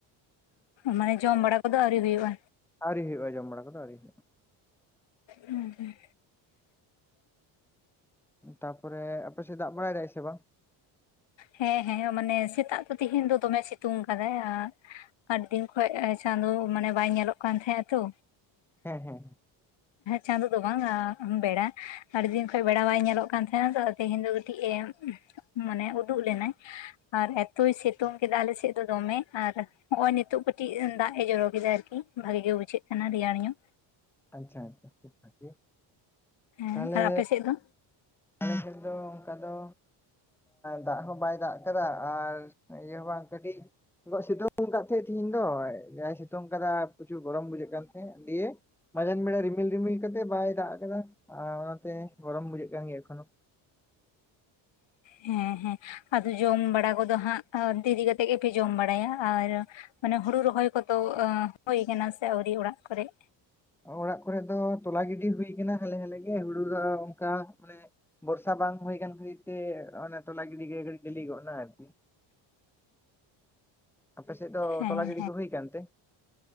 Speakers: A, on the left (about 65°); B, in the centre.
A: ᱢᱟᱱᱮ ᱡᱚᱢ ᱵᱟᱲᱟ ᱠᱚᱫᱚ ᱟᱹᱣᱨᱤ ᱦᱩᱭᱩᱜᱼᱟ
B: ᱟᱹᱣᱨᱤ ᱦᱩᱭᱩᱜᱼᱟ ᱡᱚᱢ ᱵᱟᱲᱟ ᱠᱚᱫᱚ ᱟᱹᱣᱨᱤ ᱦᱩᱭᱩᱜᱼᱟ
A: ᱦᱩᱸᱦᱩᱸ
B: ᱛᱟᱯᱚᱨᱮ ᱟᱯᱮᱥᱮᱫ ᱫᱟᱜ ᱵᱟᱲᱟᱭ ᱫᱟᱭ ᱥᱮ ᱵᱟᱝ
A: ᱦᱮᱸ ᱦᱮᱸ ᱢᱟᱱᱮ ᱥᱮᱛᱟᱜ ᱫᱚ ᱛᱮᱦᱤᱧ ᱫᱚ ᱫᱚᱢᱮ ᱥᱤᱛᱩᱝ ᱟᱠᱟᱫᱟᱭ ᱟᱨ ᱟᱨ ᱫᱤᱱ ᱠᱷᱚᱡ ᱪᱟᱸᱫᱳ ᱢᱟᱱᱮ ᱵᱟᱭ ᱧᱮᱞᱚᱜ ᱠᱟᱱ ᱛᱟᱦᱮᱸᱼᱟ ᱛᱚ
B: ᱦᱮᱸ ᱦᱮᱸ
A: ᱪᱟᱸᱫᱳ ᱫᱚ ᱵᱟᱝ ᱵᱮᱲᱟ ᱟᱹᱤᱫᱤᱱ ᱠᱷᱚᱱ ᱵᱮᱲᱟ ᱵᱟᱭ ᱧᱮᱞᱚᱜ ᱠᱟᱱ ᱛᱟᱦᱮᱱᱟ ᱛᱚ ᱛᱮᱦᱮᱧ ᱫᱚ ᱠᱟᱹᱴᱤᱡ ᱮ ᱢᱟᱱᱮ ᱩᱫᱩᱜ ᱞᱮᱱᱟᱭ ᱟᱨ ᱮᱛᱚᱭ ᱥᱤᱛᱩᱝ ᱠᱮᱫᱟ ᱟᱞ ᱥᱮᱫ ᱫᱚ ᱫᱚᱢᱮ ᱟᱨ ᱦᱚᱜ ᱚᱭ ᱱᱤᱛᱚᱜ ᱠᱟᱴᱤᱡ ᱫᱟᱜ ᱮ ᱡᱚᱨᱚ ᱠᱮᱫᱟ ᱟᱨᱠᱤ ᱵᱷᱟᱜᱤ ᱜᱮ ᱵᱩᱡᱷᱟᱹᱜ ᱠᱟᱱᱟ ᱨᱮᱭᱟᱲ ᱧᱚᱜ
B: ᱟᱪᱪᱷᱟ ᱟᱪᱪᱷᱟ ᱟᱰᱤ ᱵᱷᱟᱜᱤ
A: ᱦᱮᱸ
B: ᱛᱟᱦᱚᱞᱮ
A: ᱟᱨ ᱟᱯᱮ ᱥᱮᱫ ᱫᱚ
B: ᱟᱞᱮ ᱥᱮᱫ ᱫᱚ ᱚᱝᱠᱟ ᱫᱚ ᱫᱟᱜ ᱦᱚᱸ ᱵᱟᱭ ᱫᱟᱜ ᱟᱠᱟᱫᱟ ᱟᱨ ᱤᱭᱟᱹ ᱦᱚᱸ ᱵᱟᱝ ᱠᱟᱹᱴᱤᱡ ᱥᱤᱛᱩᱝ ᱟᱠᱟᱫ ᱛᱟᱦᱮᱸᱫ ᱛᱤᱦᱮᱧ ᱫᱚ ᱡᱟᱭ ᱥᱤᱛᱩᱝ ᱠᱟᱫᱟ ᱯᱨᱚᱪᱩᱨ ᱜᱚᱨᱚᱢ ᱵᱩᱡᱷᱟᱹᱜ ᱠᱟᱱ ᱛᱟᱦᱮᱸᱫ ᱫᱤᱭᱮ ᱢᱟᱡᱟᱱ ᱵᱮᱲᱟ ᱨᱤᱢᱤᱞ ᱨᱤᱢᱤᱞ ᱠᱟᱛᱮ ᱵᱟᱭ ᱫᱟᱜ ᱟᱠᱟᱫᱟ ᱟᱨ ᱚᱱᱟᱛᱮ ᱜᱚᱨᱚᱢ ᱵᱩᱡᱷᱟᱹᱜ ᱠᱟᱱ ᱜᱮᱭᱟ ᱮᱠᱷᱚᱱᱳ
A: ᱦᱮᱸ ᱦᱮᱸ ᱟᱫᱚ ᱡᱚᱢ ᱵᱟᱲᱟ ᱠᱚᱫᱚ ᱦᱟᱸᱜ ᱚᱱᱛᱮ ᱤᱫᱤ ᱠᱟᱛᱮᱫ ᱜᱮᱯᱮ ᱡᱚᱢ ᱵᱟᱲᱟᱭᱟ ᱟᱨ ᱢᱟᱱᱮ ᱦᱩᱲᱩ ᱨᱚᱦᱚᱭ ᱠᱚᱫᱚ ᱦᱳᱭ ᱠᱟᱱᱟ ᱥᱮ ᱟᱣᱨᱤ ᱚᱲᱟᱜ ᱠᱚᱨᱮᱜ
B: ᱚᱲᱟᱜ ᱠᱚᱨᱮ ᱫᱚ ᱛᱚᱞᱟ ᱜᱤᱰᱤ ᱦᱩᱭ ᱟᱠᱟᱱᱟ ᱦᱟᱞᱮ ᱦᱟᱞᱮ ᱜᱮ ᱦᱩᱲᱩ ᱫᱚ ᱚᱱᱠᱟ ᱢᱟᱱᱮ ᱵᱚᱨᱥᱟ ᱵᱟᱝ ᱦᱩᱭ ᱠᱟᱱ ᱠᱷᱟᱹᱛᱤᱨ ᱛᱮ ᱚᱱᱮ ᱛᱚᱞᱟ ᱜᱤᱰᱤ ᱜᱷᱟᱹᱲᱤᱡ ᱜᱞᱤ ᱜᱚᱫᱱᱟ ᱟᱨᱠᱤ
A: <inaudible>
B: ᱟᱯᱮ ᱥᱮᱫ ᱫᱚ
A: ᱦᱮᱸ
B: ᱛᱚᱞᱟ ᱜᱤᱰᱤ
A: ᱦᱮᱸ
B: ᱠᱚ ᱦᱩᱭ ᱠᱟᱱᱛᱮ